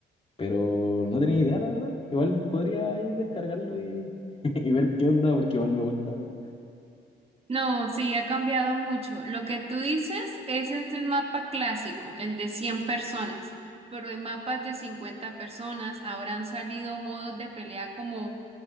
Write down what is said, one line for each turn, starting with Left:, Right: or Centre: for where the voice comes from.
Left: pero no tenía idea, la verdad. Igual podría ahí descargarlo y, <laughs> y ver qué onda, porque igual me gusta.
Right: No, sí, ha cambiado mucho. Lo que tú dices, ese es el mapa clásico, el de 100 personas, pero hay mapas de 50 personas. Ahora han salido modos de pelea como,